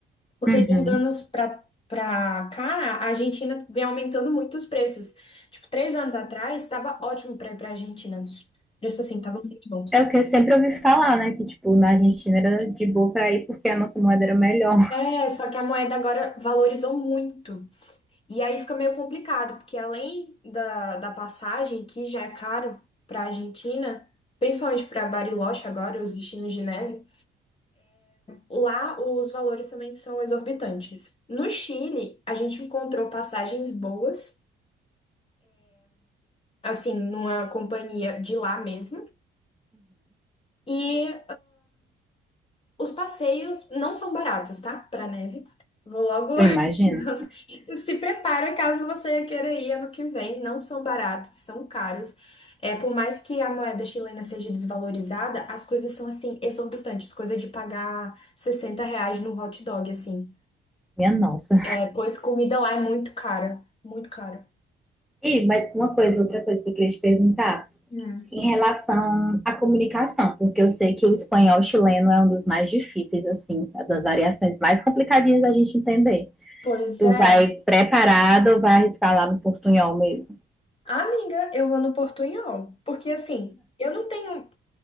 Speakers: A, on the left; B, in the centre.
A: porque
B: uhum.
A: de uns anos pra para cá, a Argentina vem aumentando muito os preços. Tipo, três anos atrás, estava ótimo para ir para Argentina. Os preços, assim, estavam muito bons.
B: É, é o que eu sempre ouvi falar, né? Que, tipo, na Argentina era de boa pra ir porque a nossa moeda era melhor.
A: É, só que a moeda agora valorizou muito. E aí fica meio complicado, porque além da, da passagem, que já é caro para a Argentina, principalmente para Bariloche agora, os destinos de neve, lá os valores também são exorbitantes. No Chile, a gente encontrou passagens boas, assim, numa companhia de lá mesmo. E Os passeios não são baratos, tá? Para neve. Vou logo
B: <laughs> Eu imagino.
A: <laughs> te dando- Se prepara caso você queira ir ano que vem. Não são baratos, são caros. É, por mais que a moeda chilena seja desvalorizada, as coisas são assim exorbitantes, coisa de pagar 60 reais num hot dog, assim.
B: Minha nossa.
A: É, pois comida lá é muito cara, muito cara.
B: E mas uma coisa, outra coisa que eu queria te perguntar,
A: Hum.
B: em relação à comunicação, porque eu sei que o espanhol chileno é um dos mais difíceis, assim, é das variações mais complicadinhas da gente entender.
A: Pois
B: Tu
A: é.
B: vai preparado ou vai arriscar lá no portunhol mesmo?
A: Amiga, eu vou no Portunhol, porque assim, eu não tenho